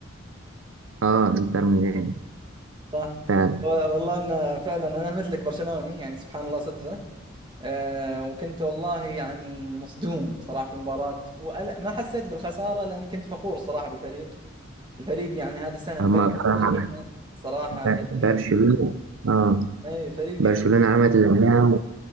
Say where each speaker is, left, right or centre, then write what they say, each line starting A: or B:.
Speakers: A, on the right; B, on the right.
A: اه انتر ميامي
B: صح
A: فعلا
B: والله أن فعلا أنا مثلك برشلوني يعني سبحان الله صدفة أه وكنت والله يعني مصدوم صراحة في المباراة وما حسيت بالخسارة لأني كنت فخور صراحة بالفريق الفريق يعني هذه السنة مبين
A: هما بصراحة
B: وجيهنا صراحة
A: ب-
B: فريق
A: برشلونة اه
B: أي فريق
A: برشلونة عملت اللي عليها